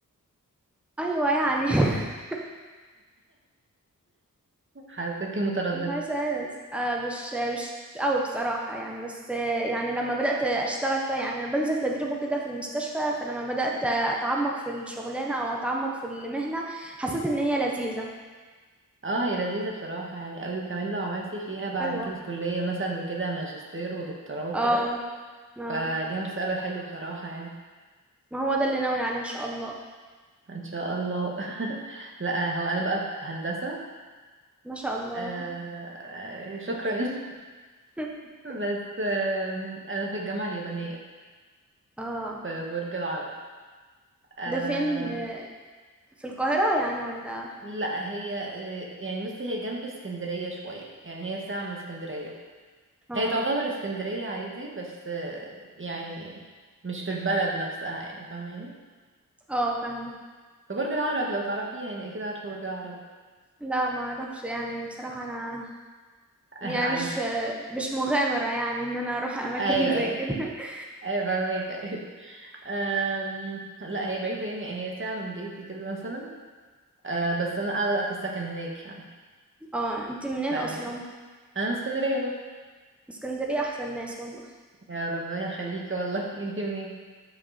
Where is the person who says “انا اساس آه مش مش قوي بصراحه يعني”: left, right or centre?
Centre